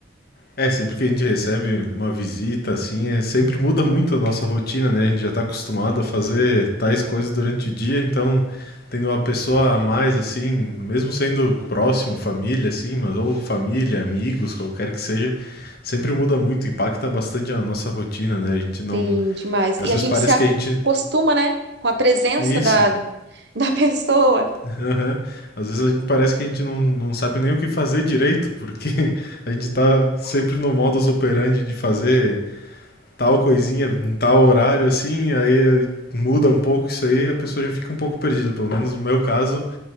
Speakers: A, on the left; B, on the right.
A: É, sempre que a gente recebe uma visita, assim, é, sempre muda muito a nossa rotina, né? A gente já está acostumado a fazer tais coisas durante o dia, então tendo uma pessoa a mais, assim, mesmo sendo próximo, família, assim, mas ou família, amigos, qualquer que seja, sempre muda muito, impacta bastante a nossa rotina, né? A gente não.
B: Sim, demais.
A: Às
B: E
A: vezes
B: a gente
A: parece
B: se acostuma,
A: que a gente.
B: né? Com a presença
A: Isso,
B: da, <laughs> da pessoa.
A: <laughs> aham. Às vezes a gente parece que a gente não, não sabe nem o que fazer direito, porque <laughs> a gente tá sempre no modus operandi de fazer tal coisinha em tal horário, assim, aí muda um pouco isso aí, a pessoa já fica um pouco perdida. Pelo menos no meu caso,